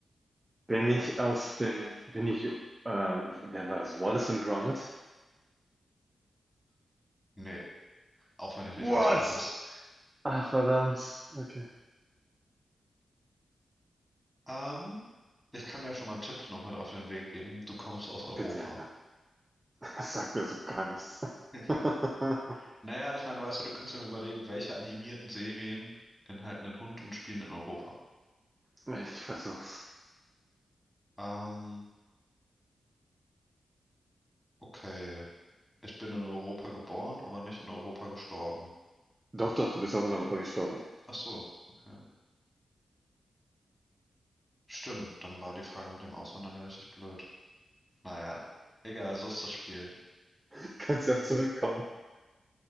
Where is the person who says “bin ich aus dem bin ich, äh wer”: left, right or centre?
Right